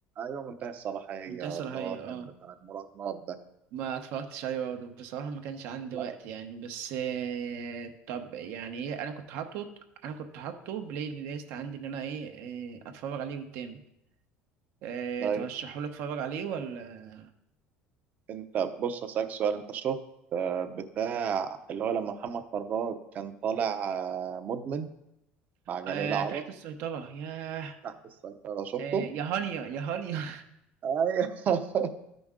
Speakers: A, on the right (about 45°); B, on the right (about 70°).
A: أيوة منتهي الصلاحية
B: منتهى الصلاحيه
A: اللي هو
B: اه
A: كان بتاع المراهنات ده
B: ما اتفرجتش عليه برضه بصراحه ما كانش عندي
A: لا
B: وقت يعني بس أه طب يعني ايه انا كنت حاطه انا كنت حاطه بلاي ليست عندي ان انا ايه آه، اتفرج عليه قدام أه
A: آه،
B: ترشحوا لي اتفرج عليه ولا
A: انت بص هسألك سؤال انت شفت آه، بتاع اللي هو لما محمد فراج كان طالع آه، مدمن مع جميل
B: أه
A: عوض
B: تحت السيطره ياه
A: تحت السيطرة شفته؟
B: آه، يا هانيا يا هانيا
A: ايوه <laughs>